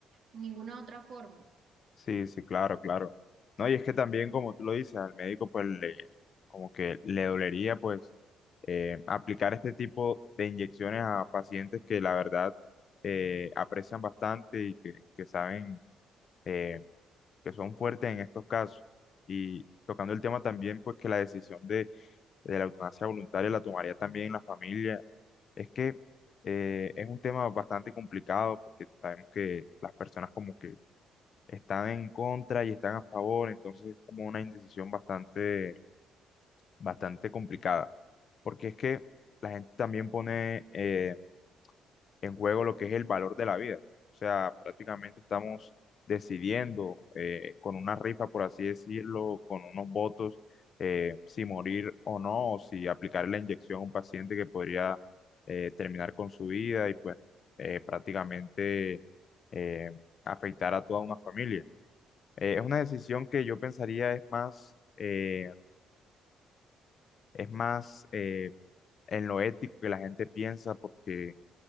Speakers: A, on the right; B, on the left.
A: ninguna otra forma.
B: Sí, sí, claro, claro. No, y es que también, como tú lo dices, al médico pues le, como que le dolería pues eh, aplicar este tipo de inyecciones a pacientes que la verdad eh, aprecian bastante y que, que saben eh, que son fuertes en estos casos. Y tocando el tema también pues que la decisión de, de la eutanasia voluntaria la tomaría también la familia. Es que eh, es un tema bastante complicado porque sabemos que las personas como que están en contra y están a favor, entonces es como una indecisión bastante, bastante complicada, porque es que la gente también pone eh, en juego lo que es el valor de la vida, o sea, prácticamente estamos decidiendo eh, con una rifa, por así decirlo, con unos votos, eh, si morir o no, o si aplicar la inyección a un paciente que podría eh, terminar con su vida y pues eh, prácticamente eh, afectar a toda una familia. Eh, es una decisión que yo pensaría es más, eh, es más eh, en lo ético que la gente piensa, porque